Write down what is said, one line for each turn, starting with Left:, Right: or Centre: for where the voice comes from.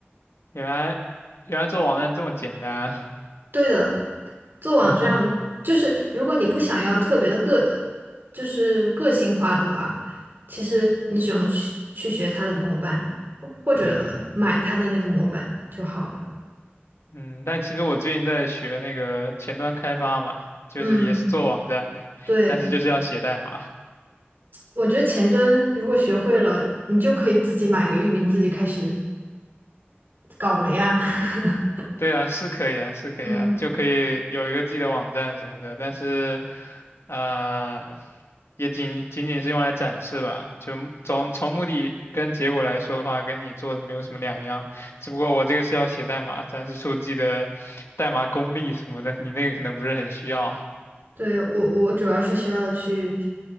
Left: 原来原来做网站这么简单啊
Right: 对的，做网站就是如果你不想要特别的个，
Left: <laughs> 哈哈，
Right: 就是个性化的话，其实你只用去去学它的模板，或或者买它的那个模板就好了。
Left: <laughs> 嗯嗯，但其实我最近在学那个前端开发嘛，就是也是做网站的，
Right: 嗯，对，
Left: 但是就是要写代码。
Right: 我觉得前端如果学会了，你就可以自己买个域名，自己开始搞了呀。<laughs>
Left: 对啊，是可以啊，是可以啊，
Right: 嗯。
Left: 就可以有一个自己的网站什么的，但是，呃，也仅仅仅是用来展示吧，就从从目的跟结果来说的话，跟你做的没有什么两样，只不过我这个是要写代码，展示出自己的代码功力什么的，你那个可能不是很需要。
Right: 对，我我主要是需要去，